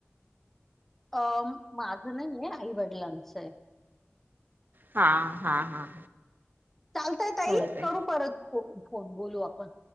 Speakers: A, in the centre; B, on the right.
A: अ.. माझं नाहीये, आईवडिलांचं आहे.
B: हा, हा, हा, हा.
A: चालतय ताई,
B: हो काय
A: करू परत फोन बोलू आपण.